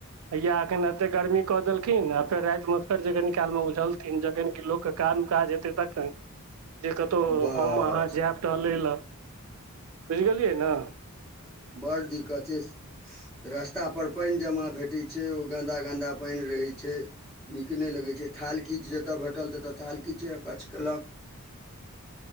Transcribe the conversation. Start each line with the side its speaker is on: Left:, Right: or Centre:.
Right: है या एखन ऐते गर्मी क देलखिन फेर राति मे फेर जे कनि काल मे उझलथिन जखन कि लोक केँ काम काज हेतय तखन जे कतोउ
Centre: बस
Right: हम अहाँ जायब टहले लऽ बुझगेलियै न
Centre: बड दिक्कत छै रास्तापर पानि जमा भेटै छै ओ गन्दा गन्दा पानि रहै छै नीक नहि लगै छै थाल खिछ जतय भेटल ततय थाले खिछ अकछ कयलक